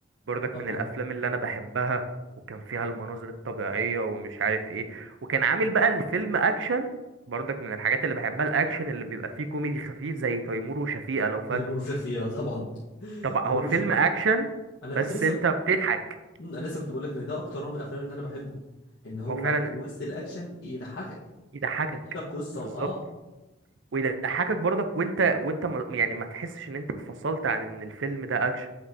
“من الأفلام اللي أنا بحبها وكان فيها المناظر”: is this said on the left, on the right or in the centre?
Right